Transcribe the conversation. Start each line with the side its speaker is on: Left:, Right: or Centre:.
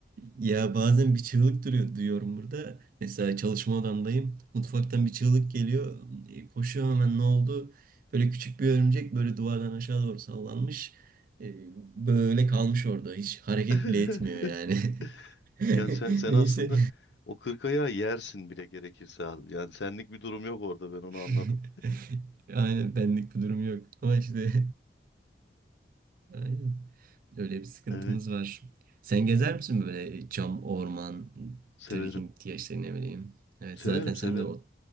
Right: Ya bazen bir çığlık duruyor, duyuyorum burada. Mesela çalışma odamdayım. Mutfaktan bir çığlık geliyor. E, Koşuyorum hemen ne oldu? Böyle küçük bir örümcek böyle duvardan aşağı doğru sallanmış. E, Böyle kalmış orada. Hiç hareket
Left: <laughs>
Right: bile etmiyor yani. <laughs>
Left: Yani sen, sen
Right: Neyse.
Left: aslında o kırk ayağı yersin bile gerekirse abi. Yani senlik bir durum yok orada ben onu
Right: <laughs>
Left: anladım.
Right: Aynen benlik bir durum yok. Ama işte <laughs> aynen öyle bir sıkıntımız
Left: Evet,
Right: var. Sen gezer misin böyle cam, orman,
Left: severim.
Right: trekking diye işte ne bileyim. Evet
Left: Severim,
Right: zaten sen
Left: severim.
Right: de o